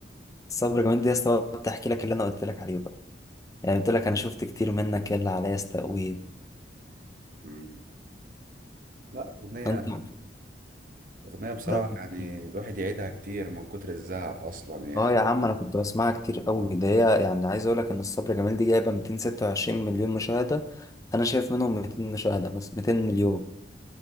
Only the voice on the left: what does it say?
صبري جمال دي يا اسطى بقى بتحكي لك اللي انا قلت لك عليه بقى يعني قلت لك انا شفت كتير منك يا اللي عليا استقويت
انت
ده-
<laughs>
اه يا عم انا كنت بسمعها كتير قوي ده هي يعني عايز اقول لك ان الصبر جمال دي جايبه 226 مليون مشاهده انا شايف منهم 200 مشاهده بس 200 مليون